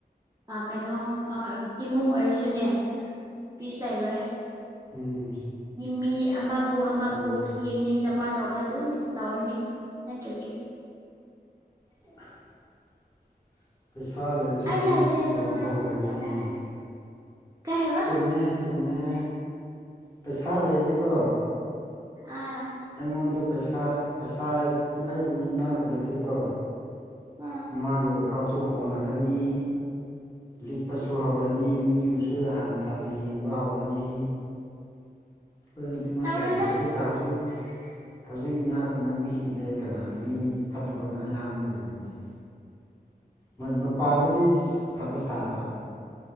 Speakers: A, on the right (about 20°); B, on the left (about 20°).
A: ꯀꯩꯅꯣ ꯏꯃꯨꯡ ꯑꯣꯏꯔꯁꯨꯅꯦ ꯄꯤꯁ ꯂꯩꯔꯣꯏ
B: ꯎꯝ
A: ꯃꯤ ꯑꯃꯕꯨ ꯑꯃꯕꯨ
B: ꯎꯝ
A: ꯌꯦꯡꯅꯤꯡꯗꯕ ꯇꯧꯕ ꯑꯗꯨꯝ ꯇꯧꯔꯅꯤ ꯅꯠꯇ꯭ꯔꯗꯤ
B: <inaudible> <unintelligible> ꯄꯩꯁꯥ ꯂꯩꯔ
A: ꯑꯩꯅ
B: ꯑꯗꯨꯃꯥꯏ
A: ꯍꯥꯏꯕꯁꯦ
B: ꯇꯧꯕ
A: ꯆꯨꯝꯕ꯭ꯔꯥ
B: ꯍꯧꯔꯅꯤ
A: ꯆꯨꯝꯗꯕ꯭ꯔꯥ ꯀꯩ ꯍꯥꯏꯕ
B: ꯆꯨꯝꯃꯦ ꯆꯨꯝꯃꯦ ꯄꯩꯁꯥ ꯂꯩꯗꯤꯀꯣ
A: ꯑꯥ
B: ꯑꯩꯉꯣꯟꯗ ꯄꯩꯁꯥ ꯄꯩꯁꯥ ꯑꯩꯕꯨ ꯏꯅꯥ ꯈꯨꯜꯂꯗꯤꯀꯣ
A: ꯎꯝ
B: ꯃꯥꯒꯤ ꯋꯥꯈꯜꯁꯨ ꯍꯣꯡꯂꯛꯀꯅꯤ ꯂꯤꯛꯄꯁꯨ ꯍꯧꯔꯅꯤ ꯃꯤꯕꯨꯁꯨ ꯍꯟꯊꯅ ꯌꯦꯡꯕ ꯍꯧꯔꯅꯤ ꯍꯣꯏ ꯑꯗꯨꯃꯥꯏꯅ
A: ꯇꯧꯔꯣꯏꯗ
B: ꯇꯧꯕꯅꯤ ꯍꯧꯖꯤꯛꯀ ꯍꯧꯖꯤꯛ ꯍꯧꯖꯤꯛ ꯏꯅꯥꯛ ꯈꯨꯟꯕ ꯃꯤꯁꯤꯡꯁꯦ ꯀꯅꯥ ꯃꯤ ꯐꯠꯇꯕꯒ ꯑꯌꯥꯝꯕꯅ ꯑꯣꯏꯗꯣꯏꯅꯤ ꯃꯣꯏ ꯃꯄꯥꯟꯗꯗꯤ ꯐꯕ ꯁꯥꯕ